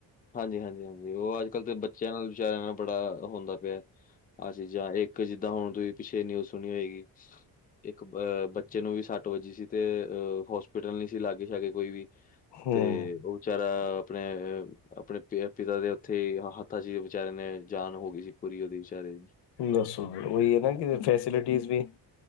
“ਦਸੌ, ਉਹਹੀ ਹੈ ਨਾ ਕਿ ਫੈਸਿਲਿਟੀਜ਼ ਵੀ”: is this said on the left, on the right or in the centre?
Left